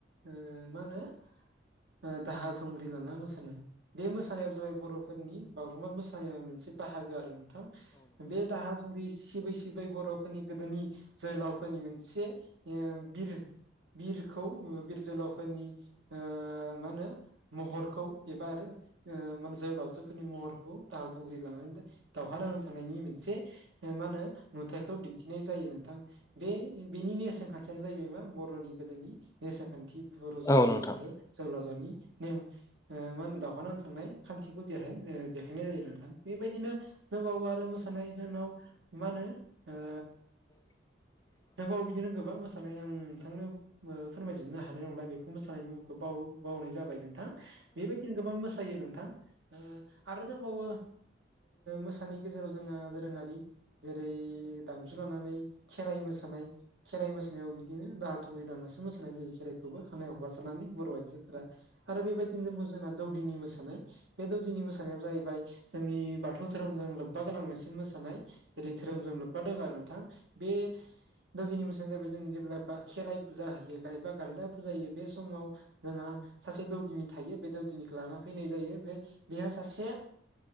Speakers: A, on the right; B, on the left.
A: ओ मा होनो ओ दाहाल थुंग्रि लाना मोसानाय बे मोसानाया जाबाय बर'फोरनि बागुरुम्बा मोसानाया मोनसे बाहागो आरो नोंथां बे दाहा थुंग्रि सिबै सिबै बर'फोरनि गोदोनि जोहोलावफोरनि मोनसे बिर बिरखौ बिर जोहोलाव फोरनि ओ मा होनो महरखौ एबा रो ओ मा जोहोलावजोफोरनि महर औ दाहाल थंख्रि लानानै दावहा नांनो थांनायनि मोनसे मा होनो नुथायखौ दिन्थिनाय जायो नोंथां। बे बेनि नेरसोन खान्थियानो जाहैबाय मा बर'नि गोदोनि नेरसोन खान्थि। बर'
B: औ
A: जोहोलाव
B: नोंथां
A: आरो जोहोलावजोनि नेम ओ मा होनो दावहा नांथांनाय खान्थिखौ देर देखायनाय जायो आरो नोंथां बेबायदिनो दंबावो आरो मोसानाय जोंनाव मा होनो ओ
B: <inaudible>
A: नोंबाव बिदिनो गोबां मोसानाय आं नोंथांनो ओ फोरमाय हानाय नंला बेखौ मोसानायनि मुंखौ बाव बावनाय जाबाय नोंथां। बेबायदिनो गोबां मोसायो नोंथां आरो दंबावो। मोसानाय गेजेराव जोंङहा दोरोङारि जेरै दामजु लानानै खेराइ मोसानाय। खेराइ मोसानायाव बिदिनो दाहाल थुंग्रि दामनासो मोसायो। खानाय <unintelligible> जायो खेराइखौबो खानाय हगासारानानै बर' आइजोफोरा आरो बेबायदिनो दङ' जोंहा दौदिनि मोसानाय। बे दौदिनि मोसानायानो जाहैबाय जोंनि बाथौ धोरोमजों लोब्बा गोनां मोनसे मोसानाय। जेरै धोरोमजों लोब्बा दोङो आरो नोंथां। बे दौवदिनि मोसानायानो जाबाय जों जेब्ला खेराइ फुजा होयो बा गारजा फुजाहायो बे समाव जोंहा सासे दौदिनि थायो बे दौदिनिखौ लाना फैनाय जायो बे बेयाव सासे